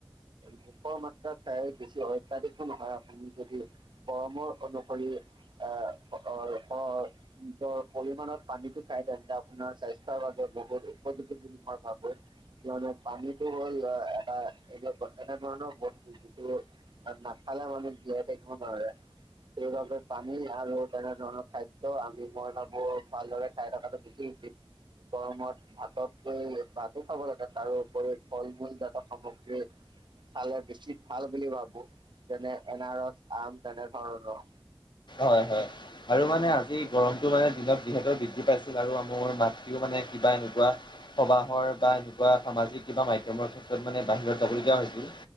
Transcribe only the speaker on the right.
ভূপৰ মাত্ৰা, প্ৰায় বেছি অত্যাধিকো নহয় আপুনি যদি গৰমৰ অনু, আহ নিজৰ পৰিমণত পানীটো খাই তেন্ত আপোনাৰ স্বাস্থ্যৰ বাবে বহুত উপযোগী বুলি মই ভাবো। মানে পানীতটো হ'ল এটা এইবিলাক, এনে ধৰণৰ বস্তু যিটো আৰু নাখালে মানুহ যিয়াই থাকিব নোৱাৰে। সেইবাবেই পানী আৰু তেনে ধৰণৰ খাদ্য আমি মই ভাবো ভালদৰে খাই থকাটো বেছি িক <inaudible> গৰমত ভাততকৈ ভাতো খাব লাগে তাৰোপৰি ফল মূল জাতক সামগ্ৰী চালে বেছি ভাল বুলি ভাবো, যেনে এন আৰছ আম তেনেধৰণৰ।